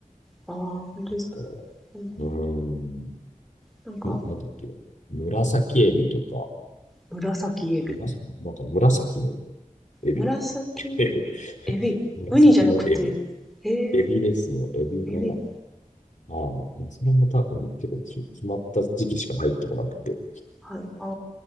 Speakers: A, in the centre; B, on the left (about 65°).
A: ああ、本当ですか。
B: こ
A: うん
B: ううーん。
A: なんか、
B: んなんだっけ。紫エビとか。
A: 紫エビ。
B: まさ、なんか紫のエビ。
A: 紫
B: <laughs>
A: エビ、
B: 紫のエビ。
A: ウニじゃなくて、へえ、
B: エビですね。エビは、
A: エビ、
B: ああ、それも多分結構き決まった時期しか入ってこなくて。
A: はい、ああ、